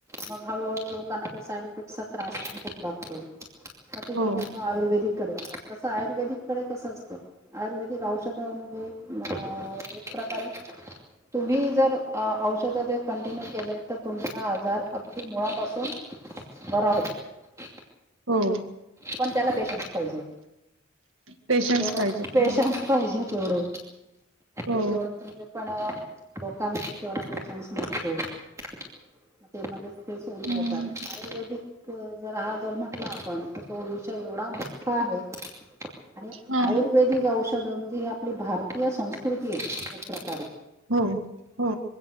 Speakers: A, on the right; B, on the right.
A: मग हळूहळू लोकांना ते साईडी इफेक्ट्सचा त्रास पण होऊ लागतो. का ती
B: हो
A: लोक ना आयुर्वेदीक कडे जाता त तसं आयुर्वेदीक कडे कसं असतं, आयुर्वेदिक औषध म्हणजे म एक प्रकारे <inaudible> तुम्ही जर औषध ते कंटिन्यू केले तर तुमचा आजार अगदी मुळापासून बरा होतो.
B: हो.
A: पण त्याला पेशन्स पाहिजे,
B: पेशन्स
A: तेवढा
B: पाहिजे खरं
A: पेशन्स पाहिजेत. तेवढे
B: हो
A: ते तेवढ तुमचं पण लोकांमध्ये तेवढा पेशन्स नसतो ते मग ते मध्येच ते सोडून
B: हम्म
A: देतात, आयुर्वेदिक जर हा जर म्हटला आपण तो विषय एवढा मोठा आहे आणि
B: हा
A: आयुर्वेदिक औषध म्हणजे ही आपली भारतीय संस्कृती आहे एक प्र
B: हो हो.